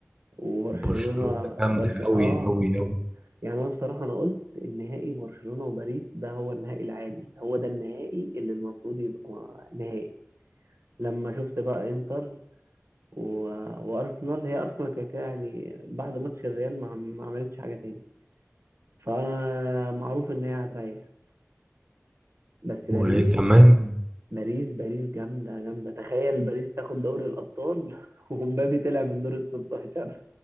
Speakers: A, on the right; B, on the right.
A: وبرشلونة
B: برشلونه جامده
A: برش... اه
B: قوي قوي قوي
A: يعني انا بصراحه انا قلت النهائي برشلونه وباريس ده هو النهائي العادل هو ده النهائي اللي المفروض يبقى م- نهائي لما شفت بقى انتر و... وارسنال هي ارسنال كده كده يعني بعد ماتش الريال ما, ما عملتش حاجه تاني فانا معروف ان هي هتريح بس باريس
B: وكمان
A: باريس باريس جامده جامده تخيل باريس تاخد دوري الابطال <laughs> ومبابي طلع من دور ال 16